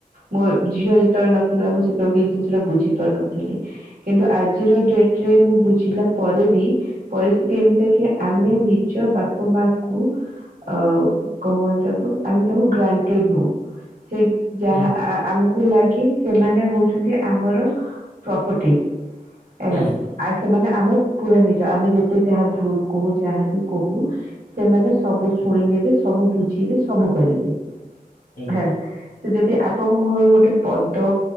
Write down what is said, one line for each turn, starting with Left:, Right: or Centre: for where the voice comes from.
Right: ମୋ ଝିଅ ଯେତେବେଳେ ନଥିଲା ମୁଁ ସେତେବେଳେ ଏ ଜିନିଷଟା ବୁଝି ପାରୁନଥିଲି। କିନ୍ତୁ ଆଜିର ଡେଟ ରେ ମୁଁ ବୁଝିଲା ପରେ ବି ପରିସ୍ଥିତି ଏମିତି କି ଆମେ ନିଜ ବାପା ମା କୁ ଅ କଣ କହ ତାକୁ ଆମେ ତାକୁ ଗ୍ରାଣ୍ଟେଡ ନଉ ସେ ଯାହା
Left: ହୁଁ
Right: ଆମକୁ କ ଲାଗି ସେମାନେ ହଉଛନ୍ତି ଆମର ପ୍ରପର୍ଟି ହେଲା।
Left: ହୁଁ
Right: ଆଉ ସେମାନେ ଆମର ପୁରା ନିଜ ଆମେ ଯେତେ ଯାହା ଭୁଲ କହୁ ଯାହା ବି କହୁ ସେମାନେ ସବୁ ଶୁଣି ନେବେ ସବୁ ବୁଝିବେ ସବୁ କରିବେ
Left: ଆଜ୍ଞା।
Right: ହେଲା। ତ ଯଦି ଆପଣଙ୍କ ମୁହଁରୁ ଗୋଟେ ପଦ